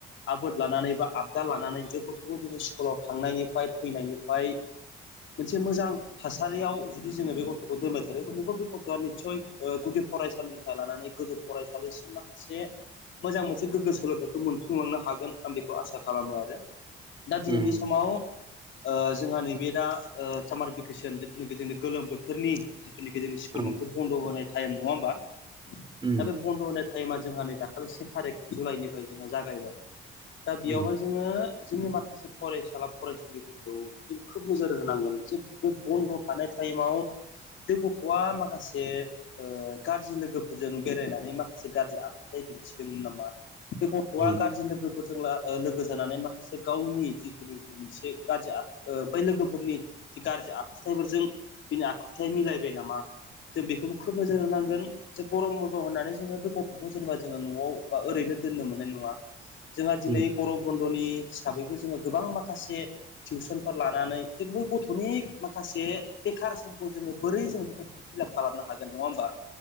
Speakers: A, on the left; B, on the right.
A: आबोद लानानै बा आबदाल लानानै जे गथ'खौ जोङो स्कुलाव थांनायनिफ्राय फैनायनिफ्राय मोनसे मोजां थासारियाव जुदि जोङो बे गथ' गथ'खौ दोनबाय थायो <unintelligible> गथ'आ निस्सय गुदि फरायसालिनिफ्राय लानानै गोजौ फरायसालिसिम माखासे मोजां मोनसे गोग्गो सोलोंथाइखौ मोनफुंलांनो हागोन आं बेखौ आसा खालामो आरो दा दिनैनि
B: उम
A: समाव ओ जोंहा नैबे दा ओ सामार भेकेसन जिथुनाखि जोंनि गोलोम बोथोरनि जिथुनाखि जोंनि स्कुल
B: औ
A: मोनसे बन्द' होनाय टाइम नङा होमबा
B: उम
A: दा बे बन्द' होनाय टाइमा जोंहा नै दाखालि से थारिक जुलाइनिफ्राय जोंहा जागायबाय दा
B: उम
A: बेयावहाय जोङो जोंनि माखासे फरायसाला फरायसुलिफोरखौ जों खोब नोजोर होनांगोन जे बे बन्द' थानाय टाइमाव बे गथ'आ माखासे ओ गाज्रि लोगोफोरजों बेरायनानै माखासे गाज्रि आखु आखुथाय दिन्थिदोंमोन नामा बे गथ'आ
B: उम
A: गाज्रि लोगोफोर जों ला ओ लोगो जानानै माखासे गावनि जिथुनाखि मोनसे गाज्रि आखु ओ बै लोगोफोरनि जि गाज्रि आखुथायाइफोरजों बिनि आखुथाय मिलायबाय नामा जों बेखौबो खोब नोजोर होनांगोन जे गरम बन्द' होननानै जोङो बे गथ'खौ जेनेबा जोङो न'आव बा ओरैनो दोननो मोननाय नङा जोंहा दिनै
B: उम
A: गरम बन्द'नि हिसाबैबो जोङो गोबां माखासे टिउसनफोर लानानै जेबो गथ'नि माखासे बेखार सम खौ जोङो बोरै जोङो बेफोरखौ फिलाप खालामनो हागोन नङा होमबा